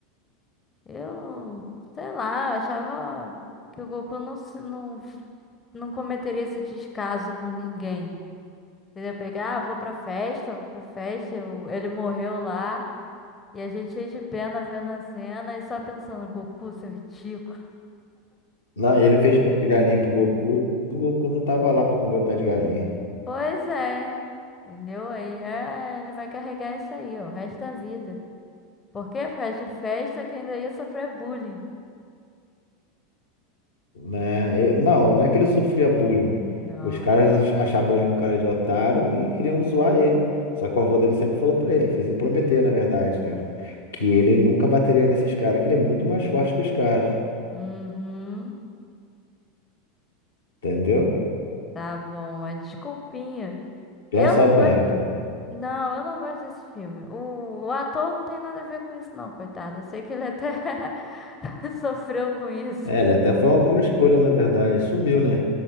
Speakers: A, on the left (about 20°); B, on the left (about 70°).
A: Eu, sei lá, eu achava que o Goku não, se- não, não cometeria esse descaso com ninguém. Entendeu? Pegar, ah, vou pra festa, vou pra festa, eu- ele morreu lá, e a gente cheio de pena vendo a cena e só pensando, Goku, seu ridículo.
B: Não, ele fez pé de galinha pro Goku, o Goku não tava lá pra comer o pé de galinha.
A: Pois é, entendeu? Aí é, ele vai carregar isso aí, ó, o resto da vida. Por quê? Por causa de festa que ainda ia sofrer bullying.
B: né? E- Não, não é que ele sofria bullying.
A: Não.
B: Os caras ach- achavam ele um cara de otário e queriam zoar ele. Só que o avô dele sempre falou pra ele, fez ele prometer, na verdade, né? Que ele nunca bateria nesses caras, que ele é muito mais forte que os caras,
A: Uhum.
B: entendeu?
A: Tá bom, é desculpinha.
B: Pensa
A: Eu não
B: bem,
A: gosto.
B: pô.
A: Não, eu não gosto desse filme. O, o ator não tem nada a ver com isso, não, coitado. Eu sei que ele até <laughs> sofreu com isso.
B: É, ele até foi uma boa escolha, na verdade. Sumiu, né?